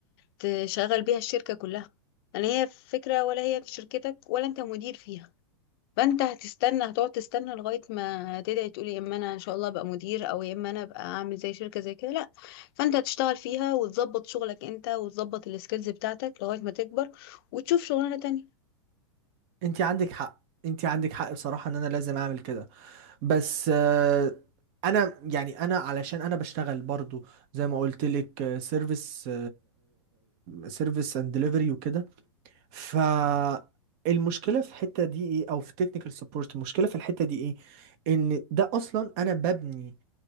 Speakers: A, on the left (about 50°); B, on the right (about 45°).
A: تشغل بيها الشركة كلها لا هي فكرة ولا هي في شركتك ولا انت مدير فيها فانت هتستنى هتقعد تستنى لغايه ما تدعي تقولي يا اما انا ان شاء الله ابقى مدير او يا اما انا ابقى اعمل زي شركه زي كده لا فانت هتشتغل فيها وتظبط شغلك انت وتظبط السكيلز بتاعتك لغايه ما تكبر وتشوف شغلانه تانية
B: انت عندك حق انت عندك حق بصراحة ان انا لازم اعمل كده بس آه، انا يعني انا علشان انا بشتغل برضو زي ما قلت لك سيرفيس سيرفيس اند ديليفري وكده فالمشكلة في الحتة دي ايه او في تكنيكال سبورت المشكلة في الحتة دي ايه ان ده اصلا انا ببني